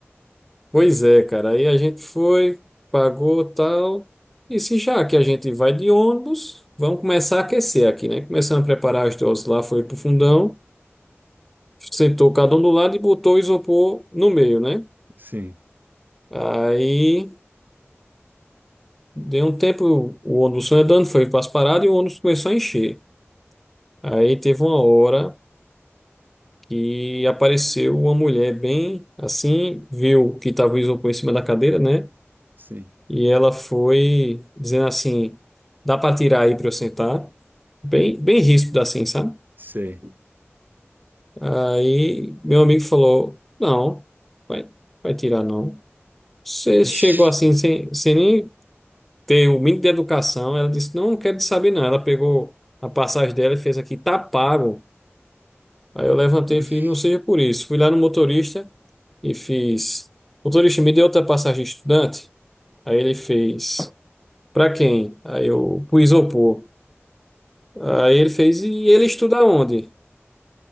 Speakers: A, in the centre; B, on the right.
A: pois é, cara. Aí a gente foi, pagou tal. E se já que a gente vai de ônibus, vamos começar a aquecer aqui, né? Começamos a preparar as doses lá, foi pro fundão. sentou cada um do lado e botou o isopor no meio, né?
B: Sim,
A: Aí deu um tempo, o ônibus foi andando, foi para as paradas e o ônibus começou a encher. Aí teve uma hora que apareceu uma mulher bem assim, viu que estava o isopor em cima da cadeira, né?
B: sim.
A: E ela foi dizendo assim: dá para tirar aí para eu sentar? Bem, bem ríspido assim, sabe?
B: Sei.
A: Aí meu amigo falou: não, vai, vai tirar não. Você
B: Oxi,
A: chegou assim sem, sem nem ter o mínimo de educação. Ela disse, não, não quero te saber não. Ela pegou a passagem dela e fez aqui, tá pago. Aí eu levantei
B: oxi.
A: e fiz, não seja por isso. Fui lá no motorista e fiz, motorista, me deu outra passagem de estudante? Aí ele fez, pra quem? Aí eu, pro isopor. Aí ele fez, e ele estuda onde?